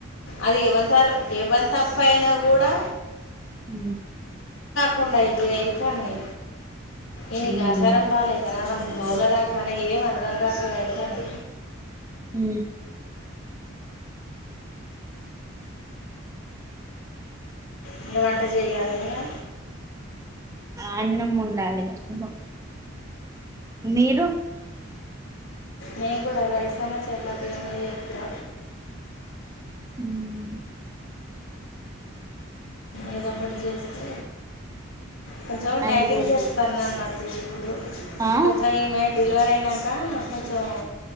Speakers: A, on the left (about 75°); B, on the right (about 15°).
A: అది ఎవలుతారు ఎవలు తప్పు అయినా కూడా
B: ఊ
A: కొండయి ఎళ్తానే ఈయనకు
B: ఉమ్
A: ఆచారం <inaudible> ఏం అర్ధం కాక అయితాను
B: ఊ
A: ఇంక వంట చేయాల్నే గా
B: అన్నం ఒండాలిగా బా మీరు
A: నేను కూడా రైస్ అన్నా చపాతి అన్నా చేత్తా
B: ఉమ్
A: ఏదో ఒకటి చేస్తే కొంచెం
B: అయిపోతది
A: డైటింగ్ చేస్తానన్నత్ <inaudible>
B: ఆ
A: కొంచెం ఈమే డెలివరీ అయినాక కొంచెం